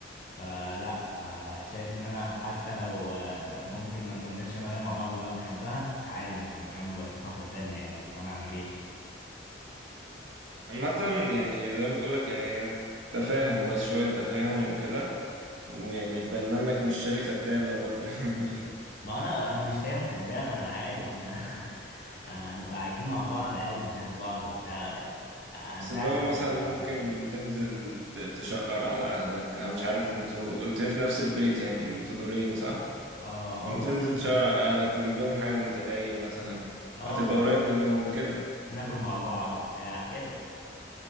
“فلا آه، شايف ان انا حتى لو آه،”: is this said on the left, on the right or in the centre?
Left